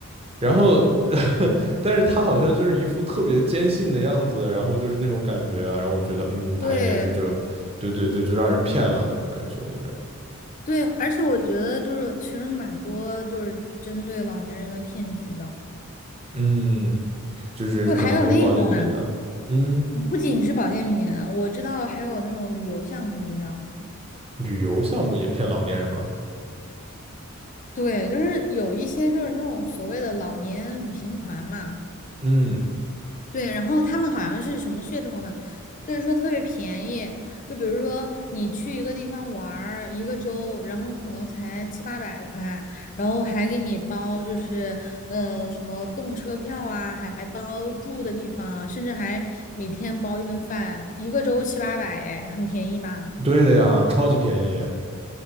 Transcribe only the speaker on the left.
对。
对，而且我觉得就是其实蛮多就是针对老年人的骗局的，
就还有那种啊，
不仅是保健品，我知道还有那种旅游项目，你知道吗？
对，就是有一些就是那种所谓的老年旅行团嘛，
对，然后他们好像是什么噱头呢？就是说特别便宜，就比如说你去一个地方玩儿一个周，然后可能才七八百块，然后还给你包就是呃什么动车票啊，还包住的地方，甚至还每天包一顿饭，一个周七八百，哎，很便宜吧？